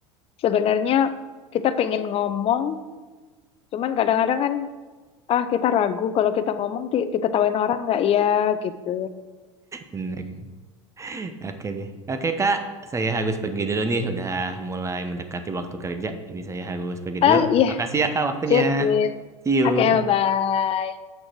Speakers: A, on the left (about 40°); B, on the right (about 20°).
A: sebenarnya kita pengen ngomong, cuman kadang-kadang kan ah kita ragu kalau kita ngomong di- diketawain orang nggak ya gitu.
B: Benar. Oke deh. Oke Kak, saya harus pergi dulu nih. Udah mulai mendekati waktu kerja. Jadi saya harus pergi dulu.
A: Ah, iya
B: Makasih ya Kak waktunya.
A: Sip, sip.
B: See you.
A: Oke, bye-bye.